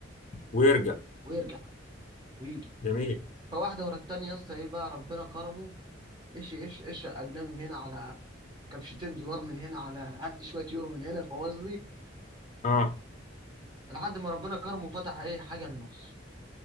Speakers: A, on the left; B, on the right.
A: ويرجع
B: ويرجع ويجي
A: جميل
B: فواحدة ورا التانية يا اسطى ايه بقى ربنا كرمه ايش ايش ايش اجنبي من هنا على كبشتين دولار من هنا على هات شوية يورو من هنا فاهم قصدي
A: اه
B: لحد ما ربنا كرمه وفتح ايه حاجة لنفسه